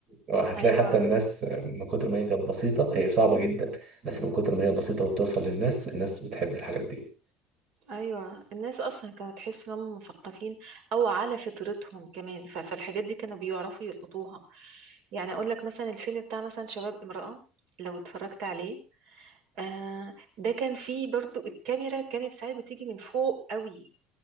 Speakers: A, on the right (about 40°); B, on the right (about 60°).
A: وهتلاقي
B: ايوه
A: حتى الناس من كتر ما هي كانت بسيطة هي صعبة جدا بس من كتر ما هي بسيطة وبتوصل للناس الناس بتحب الحاجات دي
B: ايوه الناس اصلا كانوا تحس انهم مثقفين او على فطرتهم كمان ف- فالحاجات دي كانوا بيعرفوا يلقطوها يعني اقول لك مثلا الفيلم بتاع مثلا شباب امرأة لو اتفرجت عليه آه ده كان فيه برضو الكاميرا كانت ساعات بتيجي من فوق قوي